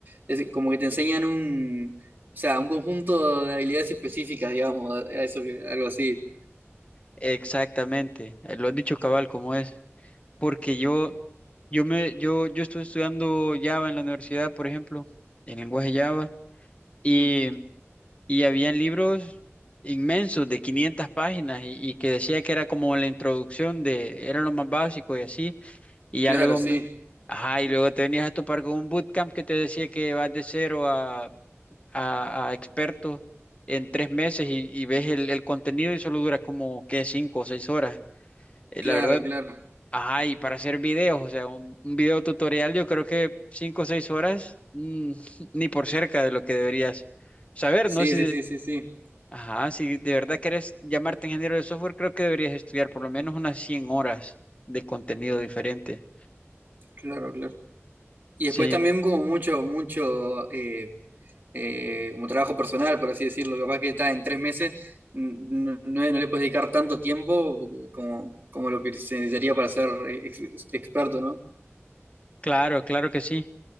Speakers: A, on the right; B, on the left.
A: es decir, como que te enseñan un, o sea, un conjunto de habilidades específicas, digamos, a- a eso que- algo así.
B: exactamente, eh, lo has dicho cabal como es, porque yo, yo me, yo, yo estuve estudiando Java en la universidad, por ejemplo, en lenguaje Java, y,
A: Mm,
B: y habían libros inmensos de 500 páginas y, y que decía que era como la introducción de, era lo más básico y así, Y
A: Claro,
B: ya luego,
A: sí,
B: me- ajá, y luego te venías a topar con un bootcamp que te decía que vas de cero a, a, a experto en tres meses y, y ves el, el contenido y solo dura como, ¿qué? Cinco o seis horas. Eh,
A: claro,
B: la verdad,
A: claro.
B: ajá, y para hacer videos, o sea, un, un video tutorial, yo creo que cinco o seis horas, mm, <laughs> ni por cerca de lo que deberías saber,
A: Sí,
B: ¿no? Si,
A: sí, sí, sí, sí,
B: ajá, si de verdad quieres llamarte ingeniero de software, creo que deberías estudiar por lo menos unas 100 horas de contenido diferente.
A: claro, claro. Y
B: Sí.
A: después también como mucho, mucho, eh, eh, como trabajo personal, por así decirlo, capaz que está en tres meses, n- no, no le puedes dedicar tanto tiempo como, como lo que se necesitaría para ser eh, ex- experto, ¿no?
B: Claro, claro que sí.